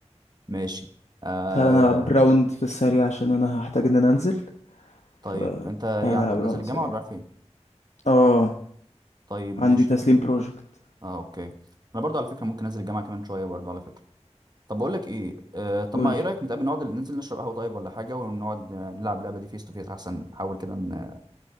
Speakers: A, on the right; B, on the left.
A: ماشي آه
B: تعالى نلعب راوند في السريع عشان انا هحتاج ان انا انزل
A: طيب
B: ف
A: انت ايه
B: تعالى
A: عندك
B: نلعب
A: نازل
B: راوند
A: الجامعه
B: سريع
A: ولا رايح فين
B: اه
A: طيب ماشي
B: عندي تسليم بروجكت
A: اه اوكي انا برضو على فكره ممكن انزل الجامعه كمان شويه برضو على فكره طب بقول لك ايه آه طب
B: قول
A: ما ايه رايك نتقابل نقعد ننزل نشرب قهوه طيب ولا حاجه ونقعد آه، نلعب اللعبه دي فيس تو فيس احسن نحاول كده ان